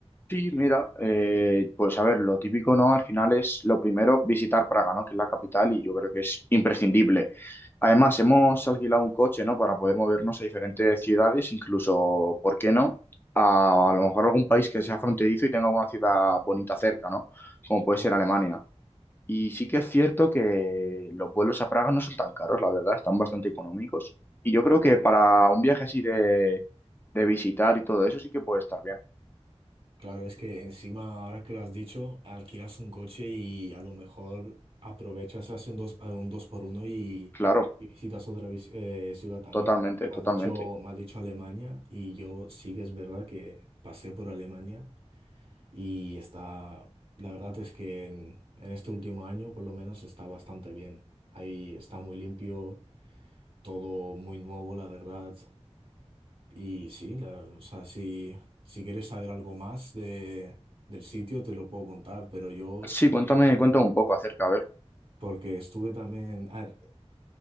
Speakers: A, on the left; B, on the right.
A: Sí, Mira, eh, pues a ver, lo típico, ¿no? Al final es lo primero visitar Praga, ¿no? Que es la capital y yo creo que es imprescindible. Además, hemos alquilado un coche, ¿no? Para poder movernos a diferentes ciudades, incluso, ¿por qué no? A, a lo mejor algún país que sea fronterizo y tenga alguna ciudad bonita cerca, ¿no? Como puede
B: Ujú.
A: ser Alemania. Y sí que es cierto que los vuelos a Praga no son tan caros, la verdad, están bastante económicos. Y yo creo que para un viaje así de, de visitar y todo eso sí que puede estar bien.
B: Claro, es que encima, ahora que lo has dicho, alquilas un coche y a lo mejor aprovechas, haces un dos, eh, un dos por uno y,
A: Claro,
B: y visitas otra vis- eh, ciudad también.
A: totalmente,
B: Tú Me
A: totalmente.
B: has dicho, me has dicho Alemania y yo sí que es verdad que pasé por Alemania y está, la verdad es que en, en este último año por lo menos está bastante bien. Ahí está muy limpio, todo muy nuevo, la verdad. Y sí, la- o sea, si, si quieres saber algo más de, del sitio, te lo puedo contar, pero yo,
A: Sí, cuéntame, cuéntame un poco acerca, a ver.
B: porque estuve también... A ver,